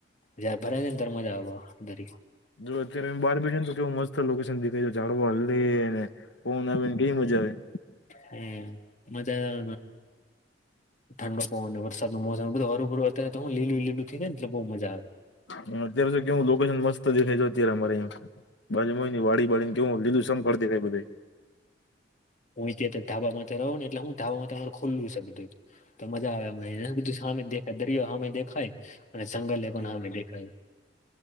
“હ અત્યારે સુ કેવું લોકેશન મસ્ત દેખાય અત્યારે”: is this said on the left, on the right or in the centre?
Left